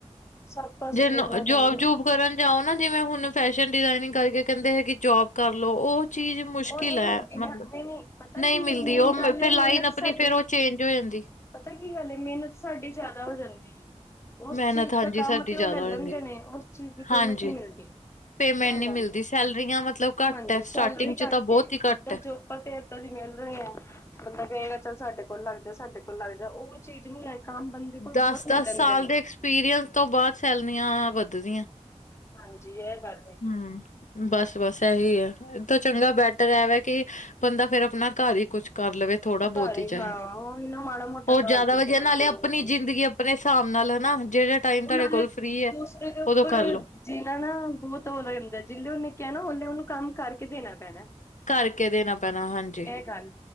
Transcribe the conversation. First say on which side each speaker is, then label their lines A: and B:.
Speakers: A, on the left; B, on the left.
A: ਸਭ ਪਾਸੇ
B: ਜੇ
A: ਦੇਖਣਾ ਪੈਂਦਾ।
B: ਜੋਬ ਜੋੂਬ। ਕਰਨ ਜਾਓ ਨਾ ਜਿਵੇਂ ਹੁਣ ਫੈਸ਼ਨ ਡਿਜ਼ਾਇਨਿੰਗ ਕਰਕੇ ਕਹਿੰਦੇ ਹੈਗੀ ਜੋਬ ਕਰ ਲਓ ਉਹ। ਚੀਜ਼ ਮੁਸ਼ਕਿਲ
A: ਉਹ ਨਹੀਂ
B: ਹੈ'
A: ਮਿਲਦੀ ਨਾ
B: ਮਤਲਬ
A: ਨਹੀਂ ਨਹੀਂ ਪਤਾ
B: ਨਹੀਂ
A: ਕੀ
B: ਮਿਲਦੀ
A: ਮੇਨ
B: ਉਹ
A: ਗੱਲ
B: ਫੇਿਰ
A: ਹੈ
B: ਲਾਈਨ
A: ਮਿਹਨਤ
B: ਆਪਣੀ
A: ਸਾਡੀ
B: ਫੇਿਰ ਉਹ। ਚੇਂਜ ਹੋ ਜਾਂਦੀ।
A: ਪਤਾ ਕੀ ਗੱਲ ਏ ਮਿਹਨਤ ਸਾਡੀ ਜ਼ਿਆਦਾ ਹੋ ਜਾਂਦੀ ਹੈ। ਉਸ
B: ਮਿਹਨਤ
A: ਚੀਜ਼
B: ਹਾਂਜੀ
A: ਦਾ ਕੰਮ
B: ਸਾਡੀ
A: ਤੇ
B: ਜ਼ਿਆਦਾ
A: ਉਹ ਲੈ ਲੈਂਦੇ
B: ਹੋ ਜਾਂਦੀ,
A: ਨੇ ਉਸ ਚੀਜ਼ ਦੀ ਪੇਮਤ
B: ਹਾਂਜੀ।
A: ਨ ਮਿਲਦੀ।
B: ਪੇਮੈਂਟ
A: ਇਹ
B: ਨੀ
A: ਗੱਲੇ
B: ਮਿਲਦੀ ਸੈਲਰੀਆਂ ਮਤਲਬ ਘੱਟ
A: ਹਾਂਜੀ
B: ਹੈ ਸਟਾਰਟਿੰਗ
A: ਸੈਲਰੀ
B: ਚ
A: ਘੱਟ
B: ਤਾਂ ਬਹੁਤ ਹੀ ਘੱਟ
A: ਓਦਾਂ
B: ਹੈ।
A: ਜੋ। ਆਪਾਂ ਤੇ ਇਏਦਾਂ ਦੀ ਮਿਲਿੰਦੇ ਆ ਮ ਬੰਦਾ ਕਹੇਗਾ ਚੱਲ ਸਾਡੇ ਕੋਲ ਲੱਗ ਜਾਏ ਸਾਡੇ ਕੋਲ ਲੱਗ ਜਾ ਉਹ ਚੀਜ਼ ਨੀ ਹੈ। ਕੰਮ ਬੰਦੇ ਕੋਲ
B: ਦਸ-ਦਸ
A: ਬਹੁਤ ਲੈ ਲੈਂਦੇ
B: ਸਾਲ
A: ਨੇ।
B: ਦੇ ਐਕਸਪੀਰੀਅੰਸ ਤੋਂ ਬਾਅਦ ਸੈਲਰੀੀਆਂ ਵੱਧਦੀਆਂ।
A: ਹਾਂਜੀ ਇਹ ਗੱਲ ਹੈ।
B: ਹਮ ਬਸ-ਬਸ ਇਹੀ ਹੈ ਇਹਏ ਤਾਂ ਚੰਗਾ ਬੈਟਰ ਹੈ। ਵ ਕਿ ਬੰਦਾ ਫੇਿਰ ਆਪਣਾ ਘਰ ਹੀ ਕੁਛ। ਕਰ ਲਵੇ ਥੋੜਾ ਬਹੁਤ
A: ਘਰ
B: ਹੀ ਚਾਹੇ'ਹੋਰ
A: ਹਾਂ ਉਹੀ ਨਾ ਮਾੜਾ ਮੋਟਾ ਘਰ
B: ਜ਼ਿਆਦਾ
A: ਜਿੱਦਾਂ
B: ਵਜਾ ਨਾਲੇ
A: ਜੇ
B: ਆਪਣੀ
A: ਉਹ ਵਧੀਆ
B: ਜ਼ਿੰਦਗੀ। ਆਪਣੇ ਹਿਸਾਬ ਨਾਲ ਹਨਾ ਜਿਹੜੇ। ਟਾਈਮ
A: ਉਹ
B: ਤੁਹਾਡੇ
A: ਨਾਲੇ
B: ਕੋਲ ਫ੍ਰਰੀ ਹੈ।
A: ਦੂਸਰੇ ਦੇ ਉੱਪਰ।
B: ਉਦੋਂ ਕਰਲੋ
A: ਜਿਹਨਾ ਨਾ ਬਹੁਤ ਔਦਾ ਹੁੰਦਾ ਜਿੇ ਉਹਨੇ ਕਿਹਾ ਨਾ ਉਸਨੇ ਉਹਨੂੰ ਕੰਮ ਕਰਕੇ ਦੇਣਾ ਪੈਣਾ।
B: ਕਰਕੇ ਦੇਣਾ ਪੈਣਾ ਹਾਂਜੀ।
A: ਇਹ ਗੱਲ।